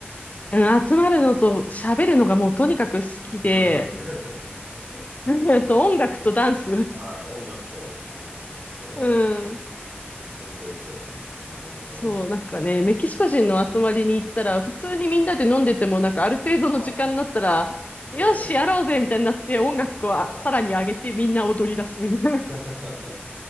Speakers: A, on the left (about 35°); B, on the right (about 30°).
A: うん集まるのと喋るのがもうとにかく好きで、
B: はい。うんうん。<laughs> そうですよね。
A: うんと音楽とダンス。
B: ああ、音楽と、ああ、やっぱそ、その辺、
A: うん。
B: ポイントですよね。あー
A: そう、なんかね、メキシコ人の集まりに行ったら、普通にみんなで飲んでても、なんかある程度の時間になったら、
B: は
A: よし、
B: い。ええ、
A: やろうぜみたいになって、音楽をあさらに上げてみんな踊り出すみたいな。
B: はい。
A: <laughs>
B: <laughs>